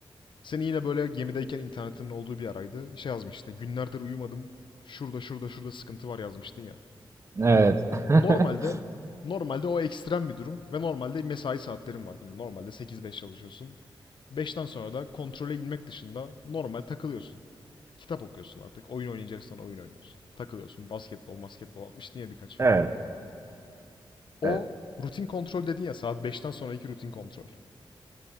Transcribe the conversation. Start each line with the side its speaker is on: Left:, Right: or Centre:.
Left: Seni yine böyle gemideyken internetin olduğu bir araydı. Şey yazmıştın. Günlerdir uyumadım. Şurada şurada şurada sıkıntı var yazmıştın ya.
Right: evet
Left: Normalde
Right: <laughs>
Left: normalde o ekstrem bir durum ve normalde mesai saatlerin var. değil mi? Normalde sekiz beş çalışıyorsun. Beşten sonra da kontrole inmek dışında normal takılıyorsun. Kitap okuyorsun artık. Oyun oynayacaksan oyun oynuyorsun. Takılıyorsun. Basketbol, basketbol atmıştın ya birkaç
Right: evet
Left: video. O
Right: evet
Left: rutin kontrol dedin ya saat 5'ten sonraki rutin kontrol.